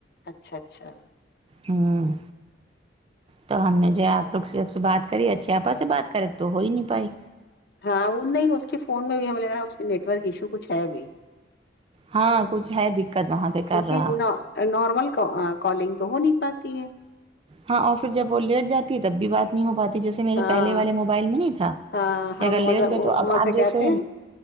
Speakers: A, on the left (about 55°); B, on the right (about 30°).
A: اچھا اچھا
B: ہوں تو ہم نے جو
A: صحیح۔
B: ہے آپ لوگ سے سے بات کری اچھے آپا سے بات کریں تو ہو ہی نہیں پائی
A: ہاں وہ نہیں اس کے فون میں بھی ہمیں لگ رہا اس کے نیٹ ورک ایشو کچھ ہے ابھی
B: ہاں کچھ ہے دقت وہاں پہ
A: کیونکہ
B: کر رہا
A: نارمل کا کالنگ تو ہو نہیں پاتی ہے
B: ہاں اور پھر جب وہ لیٹ جاتی ہے تب بھی بات نہیں ہو پاتی جیسے میرے
A: ہاں
B: پہلے والے موبائل میں نہیں تھا
A: ہاں ہم
B: اگر لیٹ
A: عظما
B: گئے تو اب آپ
A: سے
B: جیسے
A: کہتے ہیں